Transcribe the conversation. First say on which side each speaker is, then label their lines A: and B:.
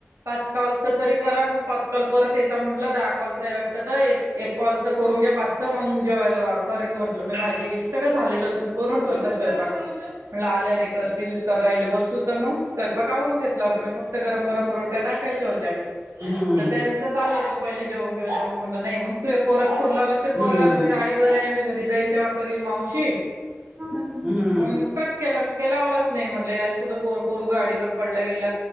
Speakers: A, on the right (about 80°); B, on the right (about 20°).
A: पाच कॉलच तरी करा मग पाच काल परत येता म्हटलं दहा कॉलच आहे वाटत तर एक एक कॉलच करून घ्या पाच मग जेवायला करन म्हटलं मी भाजी झाले होत मी करून ठोलत स्वयंपाक आले अरे करतील तर राले बसू तर मग स्वयंपाक कावरून घेतला होता मी फक्त गरम गरम रोटी टाकायच्या होत्या
B: हम्म
A: तर त्यांच चाललं होतं पहिले जेऊून घेऊ जे म्हण नाही मग तू पोर कोण लावलं ते
B: हम्म
A: पोरगा मी गाडीवरर आहे मी घरी जाईन तेव्हा करीलल मावशी
B: हम्म.
A: मग कट केला मग का लावलाच नाही म्हटलं याल कुठं पोरगं गाडीवर पडलं गेलं